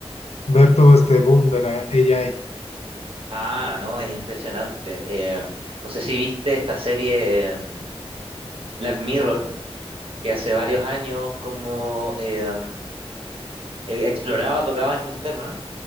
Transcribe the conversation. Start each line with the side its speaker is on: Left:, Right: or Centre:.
Left: ver todo este boom de la AI.
Right: Ah, no, es impresionante. Eh, no sé si viste esta serie eh, Black Mirror, que hace varios años como eh, eh, exploraba, tocaba estos temas